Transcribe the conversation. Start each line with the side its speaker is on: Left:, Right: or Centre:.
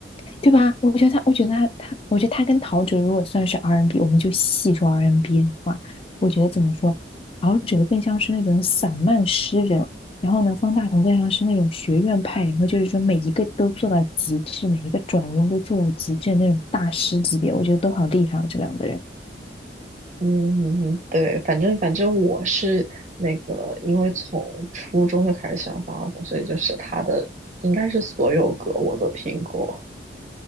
Left: 对吧？我觉得他，我觉得他，他，我觉得他跟陶喆如果算是 R&B，n 我们就细说 R&B n 的话，我觉得怎么说，陶喆更像是那种散漫诗人，然后呢，方大同更像是那种学院派，然后就是说每一个都做到极致，每一个转音都做到极致的那种大师级别，我觉得都好厉害哦，这两个人
Right: 嗯，对，反正反正我是那个，因为从初中就开始喜欢方大同，所以就是他的应该是所有歌我都听过。